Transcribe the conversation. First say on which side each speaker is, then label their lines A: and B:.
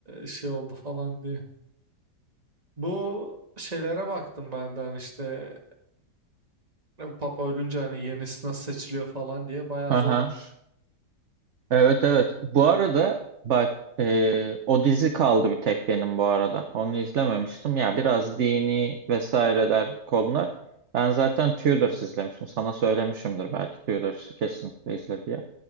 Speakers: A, on the right; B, on the right.
A: şey oldu falan diye. Bu şeylere baktım benden işte e, Papa ölünce hani yenisi nasıl seçiliyor falan diye bayağı
B: Aha.
A: zormuş.
B: Evet evet. Bu arada bak e, o dizi kaldı bir tek benim bu arada. Onu izlememiştim. Ya biraz dini vesaireler konular. Ben zaten Tudors izlemiştim. Sana söylemişimdir belki Tudors kesinlikle izle diye.